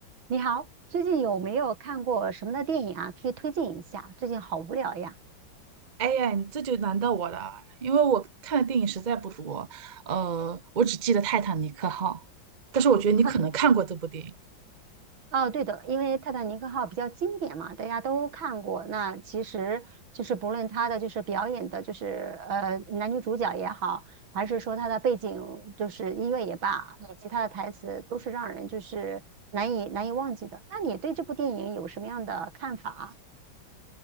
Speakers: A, on the right (about 75°); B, on the right (about 40°).
A: 你好，最近有没有看过什么的电影啊？可以推荐一下。最近好无聊呀。
B: 哎呀，你这就难到我了，因为我看的电影实在不多，呃，我只记得《泰坦尼克号》，但是我觉得你可能看过这部电影。
A: <laughs> 哦，对的，因为《泰坦尼克号》比较经典嘛，大家都看过。那其实就是不论它的就是表演的，就是呃男女主角也好，还是说它的背景就是音乐也罢，以及它的台词，都是让人就是难以难以忘记的。那你对这部电影有什么样的看法啊？